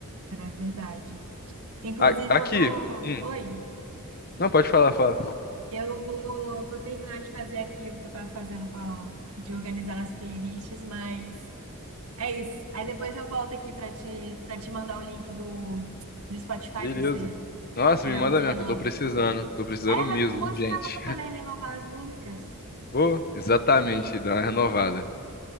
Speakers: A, on the right; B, on the left.
A: É verdade. Inclusive,
B: A- Aqui.
A: eu vou.
B: Hum.
A: Oi,
B: Não, pode falar, fala.
A: eu vou, vou terminar de fazer aqui o que eu tava fazendo com a- de organizar as playlists, mas é isso. Aí depois eu volto aqui para te para te mandar o link do, do Spotify
B: Beleza.
A: para você
B: Nossa,
A: pegar
B: me manda
A: música
B: mesmo,
A: nova.
B: que eu tô precisando. Tô precisando
A: É,
B: mesmo,
A: música
B: gente.
A: nova,
B: <laughs>
A: né? Renovar as músicas.
B: Vou, exatamente, dar uma renovada.